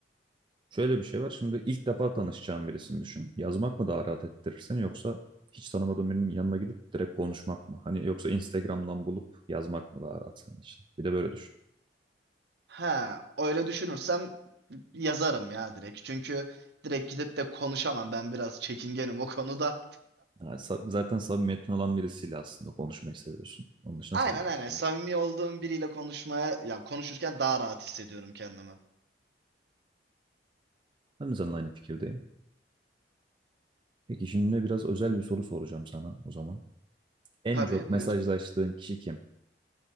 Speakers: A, on the right; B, on the right.
A: şöyle bir şey var. Şimdi ilk defa tanışacağın birisini düşün. Yazmak mı daha rahat ettirir seni yoksa hiç tanımadığın birinin yanına gidip direkt konuşmak mı? Hani yoksa Instagram'dan bulup yazmak mı daha rahat senin için? Bir de böyle düşün.
B: Ha, öyle düşünürsem yazarım ya direkt. Çünkü direkt gidip de konuşamam. Ben biraz çekingenim o konuda.
A: Ha, sa- zaten samimiyetin olan birisiyle aslında konuşmayı seviyorsun. Onun dışında
B: Aynen
A: sevmiyorsun.
B: aynen. Samimi olduğum biriyle konuşmaya, ya konuşurken daha rahat hissediyorum kendimi.
A: Ben de seninle aynı fikirdeyim. Peki şimdi biraz özel bir soru soracağım sana o zaman. En
B: Tabii
A: çok mesajlaştığın
B: buyur.
A: kişi kim?